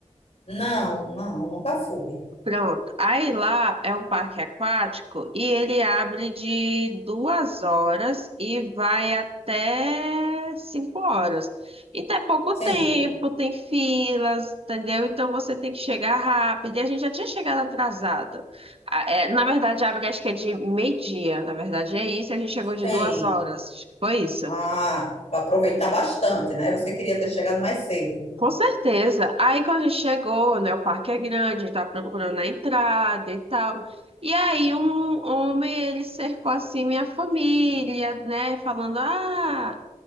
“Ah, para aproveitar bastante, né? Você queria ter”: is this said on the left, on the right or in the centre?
Left